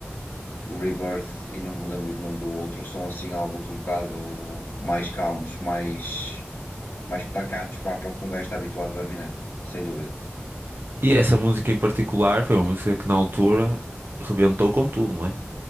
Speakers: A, on the left; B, on the right.
A: o Rebirth e não me lembro do nome do outro, são assim álbuns um bocado mais calmos, mais, mais pacatos, vá, para o que um gajo está habituado a Eminem, sem dúvida.
B: E essa música em particular foi uma música que na altura rebentou com tudo, não é?